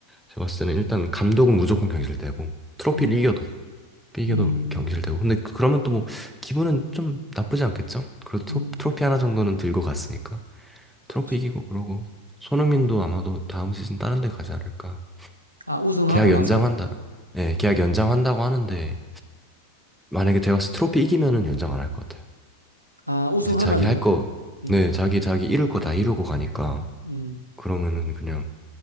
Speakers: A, in the centre; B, on the right.
A: 제가 봤을 때는 일단 감독은 무조건 경질되고 트로피를
B: 음,
A: 이겨도 이겨도
B: 음,
A: 경질되고 근데 그- 그러면 또 뭐 기분은 좀 나쁘지 않겠죠? 그래도 트로-
B: 음,
A: 트로피 하나 정도는 들고 갔으니까
B: 그쵸.
A: 트로피 이기고 그러고 손흥민도 아마도 다음 시즌 다른 데 가지 않을까
B: 아, 우승하고
A: 계약 연장한다
B: 나서.
A: 예 계약 연장한다고 하는데 만약에 제가 트로피 이기면은 연장 안 할 것 같아요.
B: 아, 우승하면은,
A: 이제 자기 할 거,
B: 음,
A: 네, 자기 자기 이룰 거 다 이루고 가니까
B: 음,
A: 그러면은 그냥